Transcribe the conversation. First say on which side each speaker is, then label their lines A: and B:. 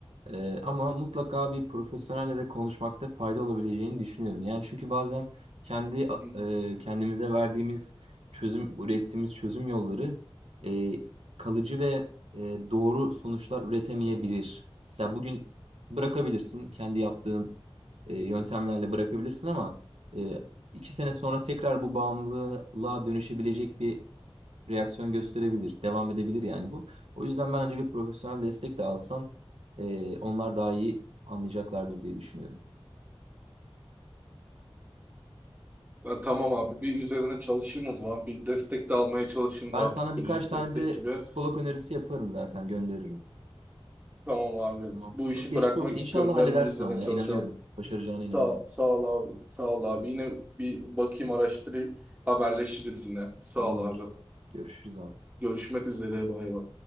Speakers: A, on the right (about 80°); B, on the right (about 15°).
A: Ee, ama mutlaka bir profesyonelle de konuşmakta fayda olabileceğini düşünüyorum. Yani çünkü bazen kendi
B: <laughs>
A: e, kendimize verdiğimiz çözüm, ürettiğimiz çözüm yolları e, kalıcı ve e, doğru sonuçlar üretemeyebilir. Mesela bugün bırakabilirsin, kendi yaptığın e, yöntemlerle bırakabilirsin ama e, iki sene sonra tekrar bu bağımlılığa dönüşebilecek bir reaksiyon gösterebilir, devam edebilir yani bu. O yüzden bence bir profesyonel destek de alsan e, onlar daha iyi anlayacaklardır diye düşünüyorum.
B: Ya tamam abi bir üzerine çalışayım o zaman. Bir destek de almaya çalışayım
A: Ben
B: daha
A: sana
B: psikolojik
A: birkaç tane
B: destek
A: de
B: gibi.
A: psikolog önerisi yaparım zaten gönderirim.
B: Tamam abi
A: Tamam.
B: bu
A: Çok
B: işi
A: geçmiş
B: bırakmak
A: olsun. İnşallah
B: istiyorum
A: halledersin
B: ben onun üzerine
A: ama
B: çalışacağım.
A: ya inanıyorum. Başaracağına inanıyorum.
B: Sağ, sağ ol abi sağ ol abi. Yine bir bakayım araştırayım haberleşiriz yine. Sağ
A: Tamamdır.
B: ol abi.
A: Görüşürüz abi.
B: Görüşmek üzere bay bay.